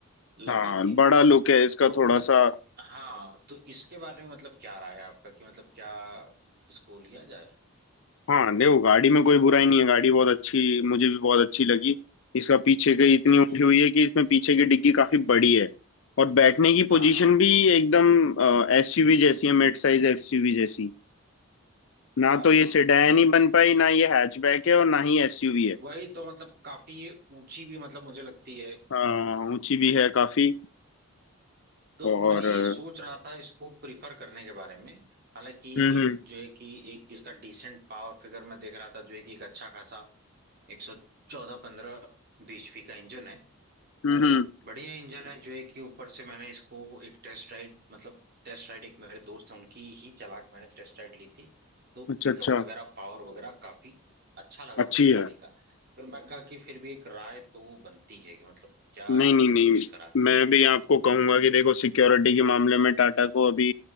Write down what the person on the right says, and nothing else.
लग
रही थी
तो
मतलब
हाँ तो इसके बारे में मतलब क्या राय है आपका कि मतलब क्या इसको लिया जाए
हम्म
हम्म
हाँ
हाँ
हाँ
हाँ
वही तो मतलब काफी ये ऊंची भी मतलब मुझे लगती है
तो
मैं ये
सोच रहा था इसको प्रिफर करने के बारे में हालांकि
जो है कि एक इसका डिसेंट पावर फिगर मैं देख रहा था जो है कि एक अच्छा खासा एक सौ चौदह पंद्रह बीएचपी का इंजन है
और
बढ़िया इंजन है जो है कि ऊपर से मैंने इसको एक टेस्ट राइड मतलब टेस्ट राइड एक मेरे दोस्त हैं उनकी ही चला के मैंने टेस्ट राइड ली थी तो
पिकअप
वगैरह पावर वगैरह काफी अच्छा लगा
मुझे गाड़ी
का फिर मैं कहा कि फिर भी एक राय तो बनती है कि मतलब क्या
इस पे करा जाए